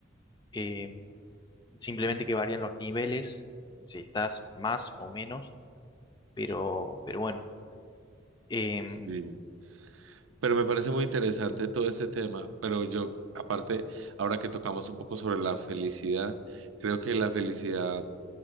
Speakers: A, on the left; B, on the right.
A: Em, simplemente que varían los niveles, si estás más o menos, pero, pero bueno. Em,
B: Sí. Pero me parece muy interesante todo este tema, pero yo, aparte, ahora que tocamos un poco sobre la felicidad, creo que la felicidad